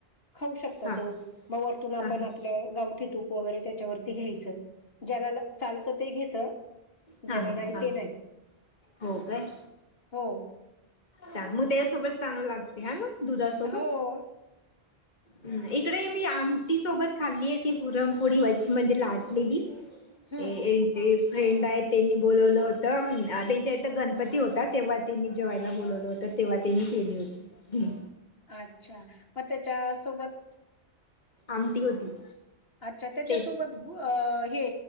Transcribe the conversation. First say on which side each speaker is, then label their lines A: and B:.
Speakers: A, on the left; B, on the left.
A: खाऊ शकता
B: हा
A: तो, म वरतून आपण
B: हा हा
A: आपलं गावठी तूप वगैरे त्याच्यावरती घ्यायचं ज्याला ला चालतं ते घेत
B: हा
A: ज्याला नाही
B: हा
A: ते नाही.
B: हो काय?
A: हो.
B: चांन मग त्यासोबत चांगलं लागते हे ना दुधासोबत?
A: हो.
B: हम्म इकडे मी आमटी सोबत खाल्ली आहे ती पुरनपोळी <inaudible> म्हणजे लाटलेली.
A: हम्म
B: ये ये ते फ्रेंड आहेत तेनी बोलावलं होत उम त्यांच्या इथं गणपती होता तेव्हा तेनी जेवा ला बोलावलं होत तेव्हा त्यांनी केली होती हम्म.
A: आच्छा मग त्याच्या सोबत?
B: आमटी होती.
A: अच्छा त्याच्यासोबत
B: तेच
A: गु अ हे